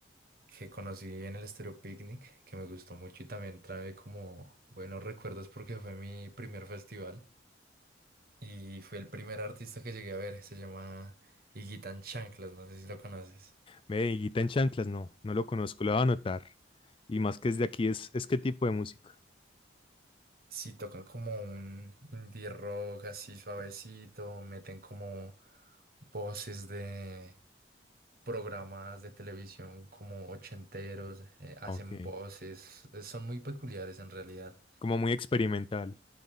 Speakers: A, on the right; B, on the left.
A: que conocí en el Estéreo Picnic, que me gustó mucho y también trae como buenos recuerdos porque fue mi primer festival y fue el primer artista que llegué a ver, se llama Higuita en Chanclas, no sé si lo conoces.
B: Medellita en chanclas, no, no lo conozco, lo voy a anotar. Y más que es de aquí, es, es qué tipo de música.
A: si tocan como un indie rock así suavecito, meten como voces de programas de televisión como ochenteros, eh, hacen
B: Ok.
A: voces, eh, son muy peculiares en realidad.
B: Como muy experimental.